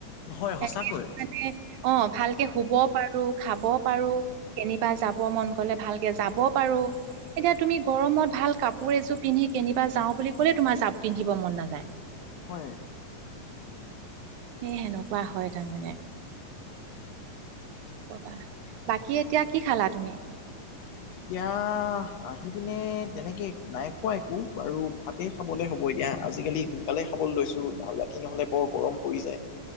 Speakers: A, on the left; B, on the right.
A: হয় সঁচাকৈ।
B: এটলিষ্ট মানে অ', ভালকে শুব পাৰো, খাব পাৰো। কেনিবা যাব মন গ'লে ভালকে যাব পাৰো, এতিয়া তুমি গৰমত ভাল কাপোৰ এযোৰ পিন্ধি কেনিবা যাওঁ বুলি ক'লে, তোমাৰ যাব পিন্ধিব মন নাযায়।
A: হয়।
B: সেই সেনেকুৱা হয় তাৰমানে। কি ক'বা, বাকী এতিয়া কি খালা তুমি?
A: এতিয়া আহি পিনে, তেনেকে নাই খোৱা একো বাৰু ভাত এ খাবলে হ'ব এতিয়া, আজিকালি সোনকালে খাবলৈ লৈছো নহ'লে ৰাতি নহ'লে বৰ গৰম পৰি যায়।